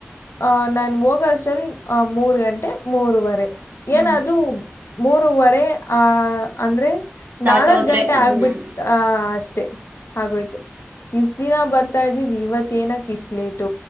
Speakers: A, on the left; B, on the right.
A: ಆಹ್ ನಾನು ಹೋಗೋಷ್ಟಲ್ಲಿ ಆ ಮೂರು ಗಂಟೆ ಮೂರುವರೆ
B: ಹ್ಮ್
A: ಏನಾದ್ರೂ ಮೂರವರೆ ಆ ಅಂದ್ರೆ
B: ದಾಟೋದ್ರೆ
A: ನಾಲ್ಕ್ ಗಂಟೆ
B: ಹ್ಮ್
A: ಆಗ್ಬಿಟ್ಟ ಆ ಅಷ್ಟ್ ಹಾಗೋಯ್ತು ಇಷ್ಟ ದಿನ ಬರ್ತಾ ಇದ್ದೀನಿ ಇವತ್ತೇ ಏನಕ್ ಇಷ್ಟಲೇಟ್